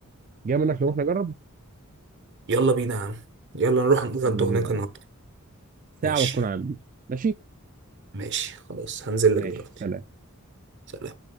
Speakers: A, on the right; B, on the right.
A: جاي منك نروح نجرب
B: يلا بينا يا عم يلا نروح نتغدى
A: يلا بينا
B: هناك النهاردة
A: ساعة
B: ماشي
A: وتكون عندي ماشي
B: ماشي خلاص هنزل
A: ماشي
B: لك دلوقتي
A: سلام
B: سلام